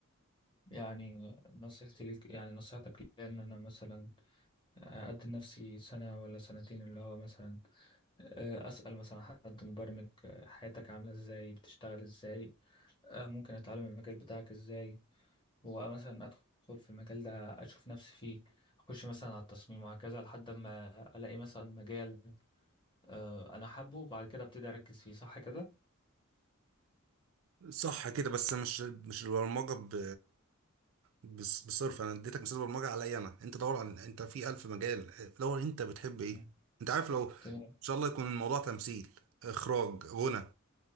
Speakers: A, on the left (about 20°); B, on the right (about 70°).
A: يعني نصيحتي ليك يعني نصيحتك ليا ان انا مثلا أدي لنفسي سنة ولا سنتين اللي هو مثلا آه، أسأل مثلا حد مبرمج آه، حياتك عاملة إزاي بتشتغل إزاي آه، ممكن أتعلم المجال بتاعك إزاي ومثلا أدخل في المجال ده أشوف نفسي فيه أخش مثلا على التصميم وهكذا لحد ما ألاقي مثلا مجال آه، أنا حابه وبعد كده أبتدي أركز فيه صح كده؟
B: صح كده بس مش مش البرمجه ب بس- بصرف انا اديتك مثال برمجه عليا انا انت دور على انت في الف مجال دور انت بتحب ايه
A: تمام
B: انت عارف لو ان
A: تمام
B: شاء الله يكون الموضوع تمثيل اخراج غنى